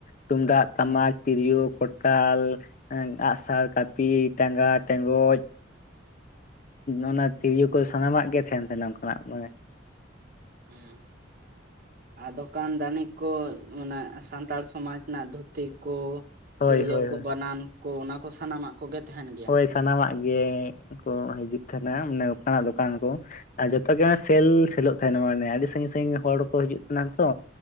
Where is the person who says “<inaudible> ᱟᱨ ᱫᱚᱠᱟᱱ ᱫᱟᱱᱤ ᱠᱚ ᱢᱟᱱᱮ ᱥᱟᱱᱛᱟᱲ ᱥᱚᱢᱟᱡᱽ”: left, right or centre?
Right